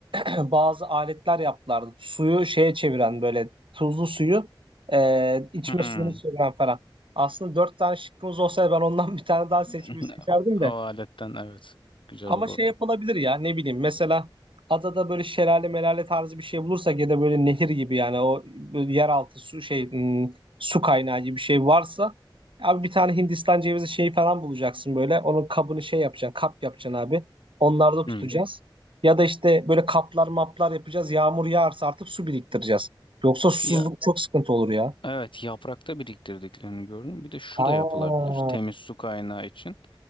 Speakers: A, on the right (about 75°); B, on the left (about 70°).
A: <clears throat> bazı aletler yaptılardı. Suyu şeye çeviren böyle tuzlu suyu e, içme
B: Hmm.
A: suyunu çeviren falan. Aslında dört tane şıkkımız olsaydı ben ondan bir tane daha
B: <laughs>
A: seçmeyi seçerdim
B: Hava
A: de
B: aletten evet. Güzel
A: ama
B: olurdu.
A: şey yapılabilir ya ne bileyim mesela adada böyle şelale melale tarzı bir şey bulursak ya da böyle nehir gibi yani o böyle yeraltı su şey hmm, su kaynağı gibi bir şey varsa abi bir tane Hindistan cevizi şeyi falan bulacaksın böyle onun kabını şey yapacaksın kap yapacaksın abi onlarda tutacağız
B: Hmm.
A: ya da işte böyle kaplar maplar yapacağız yağmur yağarsa artık su biriktireceğiz yoksa susuzluk
B: Ya
A: çok sıkıntı olur ya.
B: evet yaprakta biriktirdiklerini gördüm. Bir de şu
A: Ha.
B: da yapılabilir. Temiz su kaynağı için.